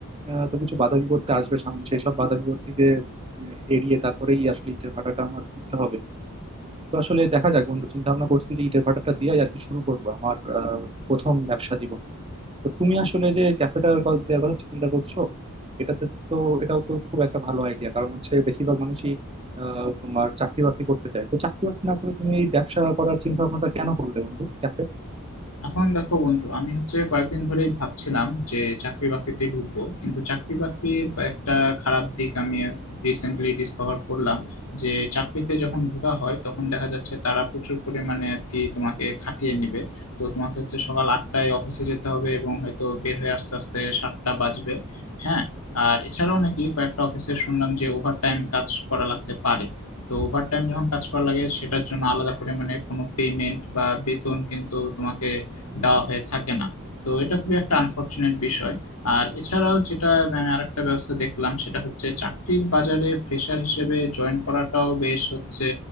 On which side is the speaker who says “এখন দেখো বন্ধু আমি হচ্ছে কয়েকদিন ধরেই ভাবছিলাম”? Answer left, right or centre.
Left